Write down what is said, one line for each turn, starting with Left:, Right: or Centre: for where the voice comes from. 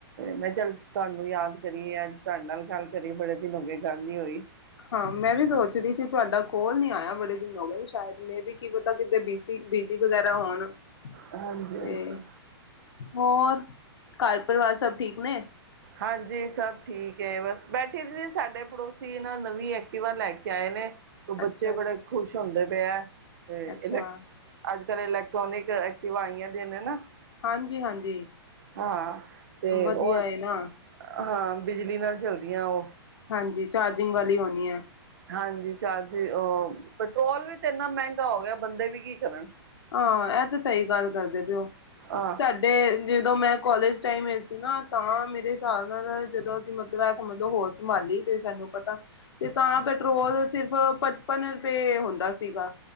Right: ਮੈਂ ਚੱਲ ਤੁਹਾਨੂੰ ਯਾਦ ਕਰੀਏ ਅੱਜ ਤੁਹਾਡੇ ਨਾਲ ਗੱਲ ਕਰੀਏ ਬੜੇ ਦਿਨ ਹੋ ਗਏ ਗੱਲ ਨੀ ਹੋਈ
Left: ਹਾਂ ਮੈਂ ਵੀ ਸੋਚਦੀ ਸੀ ਤੁਹਾਡਾ ਕੋਲ ਨੀ ਆਇਆ ਬੜੇ ਹੋ ਸ਼ਾਇਦ ਮੇ ਵੀ ਕੀ ਪਤਾ ਕਿਤੇ ਬੀਜੀ ਬੀ ਜੀ ਵਗੈਰਾ ਹੋਣ
Right: ਹਾਂਜੀ
Left: ਤੇ
Right: ਹਾਂਜੀ
Left: ਹੋਰ ਘਰ ਪਰਿਵਾਰ ਸਭ ਠੀਕ ਨੇ
Right: ਹਾਂਜੀ ਸਭ ਠੀਕ ਹੈ ਬਸ ਬੈਠੇ ਸੀ ਸਾਡੇ ਪੜੋਸੀ ਇਹ ਨਾ ਨਵੀਂ ਐਕਟੀਵਾ ਲੈ ਕੇ ਆਏ ਨੇ ਤੋਂ
Left: ਅੱਛਾ
Right: ਬੱਚੇ
Left: ਅੱਛਾ।
Right: ਬੜੇ ਖੁਸ਼ ਹੁੰਦੇ। ਪਏ ਐ। <unintelligible>
Left: ਅੱਛਾ
Right: ਅੱਜ ਕੱਲ ਇਲੈਕ ਟਰੋਨਿਕ ਐਕਟੀਵਾ ਆਈਆਂ <unintelligible> ਨਾ।
Left: ਹਾਂਜੀ ਹਾਂਜੀ
Right: ਹਾਂ ਤੇ
Left: ਵਧੀਆ
Right: ਉਹ
Left: ਹੈ ਨਾ।
Right: ਹਾਂ ਬਿਜਲੀ ਨਾਲ ਚੱਲਦੀਆਂ ਉਹ।
Left: ਹਾਂਜੀ ਚਾਰਜਿੰਗ ਵਾਲੀ ਹੋਣੀ ਹੈ।
Right: ਹਾਂਜੀ ਚਾਰਜ ਅ ਪੈਟਰੋਲ ਵੀ ਤੇ ਇੰਨਾ ਮਹਿੰਗਾ ਹੋ ਗਿਆ ਬੰਦੇ ਵੀ ਕੀ ਕਰਨ।
Left: ਹਾਂ ਇਹ ਤੇ ਸਹੀ ਗੱਲ ਕਰਦੇ ਪਏ ਉ
Right: ਹਾਂ
Left: ਸਾਡੇ ਜਦੋਂ ਮੈਂ ਕੋਲੇਜ ਟਾਈਮ ਵਿੱਚ ਨਾ ਤਾਂ ਮੇਰੇ ਹਿਸਾਬ ਨਾਲ ਜਦੋਂ ਅਸੀਂ ਮਤਲਬ ਐ ਘੁੰਮ ਲੋ ਹੋਰ ਮੋਹਾਲੀ ਤੇ ਸਾਨੂੰ ਪਤਾ ਤੇ ਤਾਂ ਪੈਟਰੋਲ ਸਿਰਫ ਪਚਪਨ ਰੁਪਏ ਹੁੰਦਾ ਸੀਗਾ